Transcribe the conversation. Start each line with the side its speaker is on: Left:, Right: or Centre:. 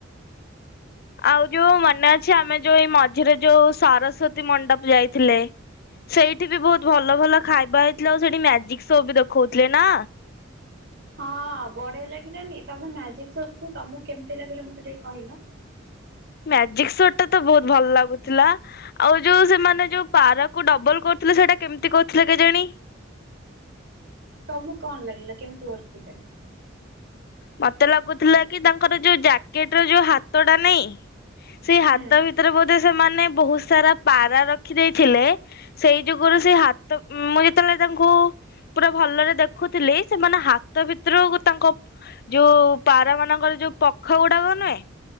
Left: ଆଉ ଯୋଉ ମନେ ଅଛି ଆମେ ଯୋଉ ଏଇ ମଝିରେ ଯୋଉ ସରସ୍ଵତୀ ମଣ୍ଡପ ଯାଇଥିଲେ ସେଇଠି ବି ବହୁତ ଭଲ ଭଲ ଖାଇବା ହେଇଥିଲା ଆଉ ସେଇଠି ମ୍ୟା ଜିକ୍ ସୋ ବି ଦେଖଉଥିଲେ ନା।
Right: ହଁ ବଢିଆ ଲାଗିଲାନି ତମେ ମ୍ୟାଜିକ ସୋ କୁ ତମକୁ କେମିତି ଲାଗିଲା ମତେ ଟିକେ କହିଲ।
Left: ମ୍ୟାଜିକ ସୋଟା ତ ବହୁତ ଭଲ ଲାଗୁଥିଲା। ଆଉ ଯୋଉ ସେମାନେ ଯୋଉ ପାରାକୁ ଡବଲ କରୁଥିଲେ ସେଟା କେମିତି କରୁଥିଲେ କେଜାଣି।
Right: ତମକୁ କଣ ଲାଗିଲା କେମିତି କରୁଥିଲେ।
Left: ମତେ ଲାଗୁଥିଲା କି ତାଙ୍କର ଯୋଉ ଜ୍ୟାକେଟ ର ଯୋଉ ହାତ ଟା ନାଇଁ। ସେଇ
Right: ହୁଁ
Left: ହାତ ଭିତରେ ବୋଧେ। ସେମାନେ ବହୁତ ସାରା ପାରା ରଖି ଦେଇେଇଥିଲେ। ସେଇ ଯୁଗରୁ ସେ ହାତ ମୁଁ ଯେତେବେଳେ ତାଙ୍କୁ ପୁରା ଭଲରେ ଦେଖୁଥିଲି ସେମାନେ ହାତ ଭିତରୁ ତାଙ୍କ। ଯୋଉ ପାରା ମାନଙ୍କର ଯୋଉ ପଖ ଗୁଡାକ ନୁହେଁ।